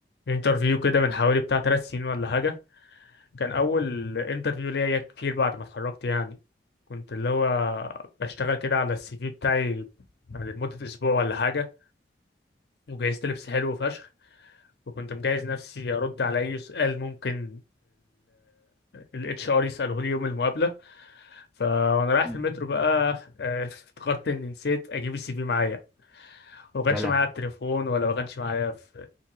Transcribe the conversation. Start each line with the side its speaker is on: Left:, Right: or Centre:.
Left: انترفيو كده من حوالي بتاع ثلاث سنين ولا حاجة كان أول انترفيو ليا كتير بعد ما اتخرجت يعني كنت اللي هو بشتغل كده على السي في بتاعي يعني لمدة أسبوع ولا حاجة وجهزت لبس حلو فشخ وكنت مجهز نفسي ارد على اي سؤال ممكن الاتش ار يساله لي يوم المقابله فانا رايح
Centre: مم.
Left: في المترو بقى آه، افتكرت اني نسيت اجيب السي في معايا وما كانش
Centre: يا لهوي
Left: معايا على التليفون ولا ما كانش معايا في